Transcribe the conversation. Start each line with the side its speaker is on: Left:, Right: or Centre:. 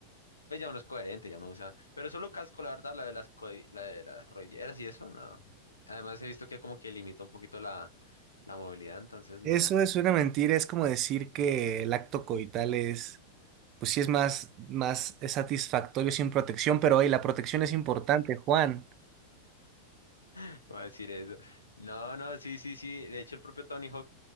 Left: pues ya uno es coherente, ya uno usa. Pero solo casco, la verdad, la de las, co- la de las rolleras y eso, no. Además, he visto que como que limita un poquito la, la movilidad, entonces no.
Right: Eso es una mentira, es como decir que el acto coital es, pues sí es más, más satisfactorio sin protección, pero hoy la protección es importante, Juan.
Left: <laughs> Voy a decir eso. No, no, sí, sí, sí. De hecho, el propio Tony Hawk.